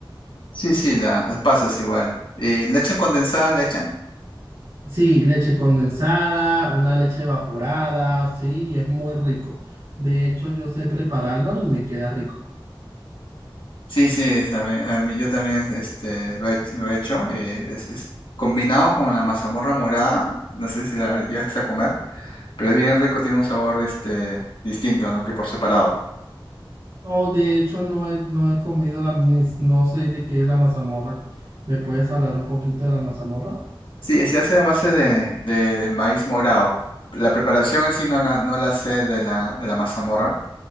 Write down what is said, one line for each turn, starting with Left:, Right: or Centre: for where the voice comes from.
Left: Sí, sí, la- las pasas igual. ¿Y leche condensada le echan?
Right: Sí, leche condensada, una leche evaporada, sí, y es muy rico. De hecho, yo sé prepararlo y me queda rico.
Left: Sí, sí, es a mí, a mí- yo también este, lo he, hech- lo he hecho. y es, es combinado con la mazamorra morada, no sé si la llevaste a comer, pero es bien rico, tiene un sabor este, distinto, ¿no? Que por separado.
Right: No, de hecho no he, no he comido la, ni- no sé de qué es la mazamorra. ¿Me puedes hablar un poquito de la mazamorra?
Left: Sí, se hace a base de, de- de maíz morado. La preparación en sí no la, no la sé de la, de la mazamorra,